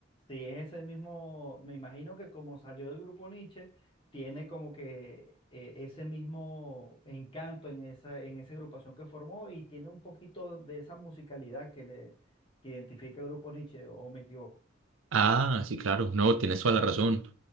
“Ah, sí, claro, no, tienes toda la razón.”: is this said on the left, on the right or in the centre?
Right